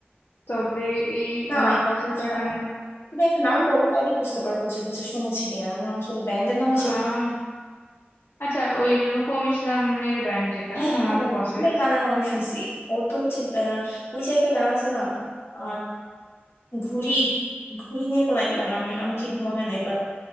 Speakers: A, on the left; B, on the left.
A: তবে এই
B: না
A: ফসিলস
B: আচ্ছা
A: এর গান
B: তুমি একটা নাম বলো তাইলে বুঝতে পারবো যে হচ্ছে শুনেছি কিনা আমি আসলে ব্যান্ডের নাম হিসেবে
A: আহ আচ্ছা ওই রূপম ইসলামের ব্যান্ড যেটা
B: হ্যাঁ হ্যাঁ
A: ফসেলস
B: ওদের গান আমি অনেক শুনছি ওর তো হচ্ছে আহ, ওই যে একটা গান আছে না আহ, ঘুড়ি ঘুড়ি নিয়ে কোন একটা গান আমি আমি ঠিক মনে নাই